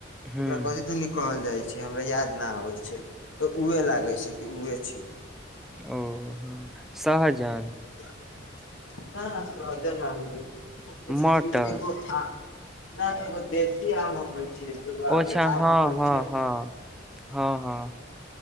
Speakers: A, in the centre; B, on the left.
A: हुँ,
B: ओकरा कथि दुनि कहल जाइ छै हमरा याद न होइ छै तऽ उहे लागे छै कि उहे छी
A: ओ ह शहजन
B: ह शहजन ना हाई उमे
A: मटर,
B: से फिर एगो थ नहि एगो देवी आम होइ छै एगो अभी
A: ओछा
B: आम
A: हँ
B: होकै
A: हँ
B: छै
A: हँ हँ हँ